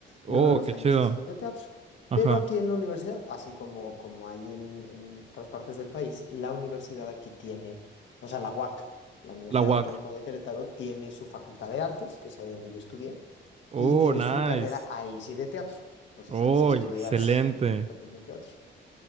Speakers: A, on the right (about 30°); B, on the left (about 70°).
A: Oh,
B: Y uno de los
A: qué
B: talleres
A: chido.
B: es el de teatro.
A: Ajá.
B: Pero aquí en la universidad, así como, como hay en, en otras partes del país, la universidad aquí tiene, o sea, la UAC. La Universidad
A: La UAC.
B: Autónoma de Querétaro tiene su Facultad de Artes, que es ahí donde yo estudié,
A: Oh,
B: y tiene
A: nice.
B: su carrera ahí sí de teatro. Entonces
A: Oh,
B: ahí sí estudias
A: excelente.
B: directamente el teatro.